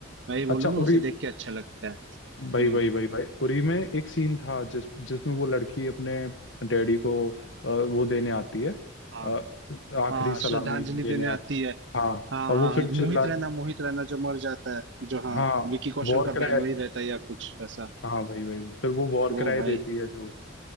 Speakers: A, on the right; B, on the left.
A: मैं ये बोलूंगा
B: अच्छा
A: उसे
B: उरी
A: देख के अच्छा लगता है
B: भाई
A: हम्म
B: भाई भाई भाई उरी में एक सीन था जिस जिसमें वो लड़की अपने डैडी को अ, वो देने आती है
A: हाँ
B: अ, आखिरी
A: हाँ
B: सलामी
A: श्रद्धांजलि
B: देने
A: देने
B: आ
A: आती है
B: हाँ
A: हाँ
B: और
A: हाँ
B: वो फिर
A: हाँ,
B: चिल्ला
A: मोहित रैना मोहित रैना जो मर जाता है जो हाँ
B: हाँ
A: विकी कौशल
B: वॉर
A: का
B: कराए
A: बहनोई रहता है या कुछ ऐसा
B: हाँ भाई भाई फिर वो वॉर
A: वो
B: कराए
A: भाई
B: देती है जो